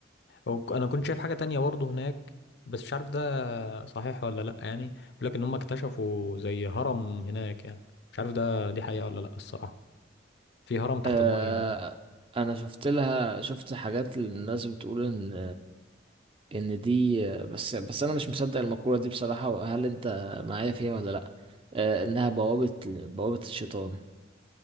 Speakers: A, on the left (about 60°); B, on the right (about 30°).
A: أو- ك- انا كنت شايف حاجه تانية برضه هناك بس مش عارف ده صحيح ولا لا يعني بيقول لك ان هم اكتشفوا زي هرم هناك يعني مش عارف ده دي حقيقة ولا لا الصراحة في هرم تحت
B: آه
A: المية يعني.
B: انا شفت لها شفت حاجات الناس بتقول ان ان دي بس بس انا مش مصدق المقولة دي بصراحة وهل انت معايا فيها ولا لا آه انها بوابة بوابة الشيطان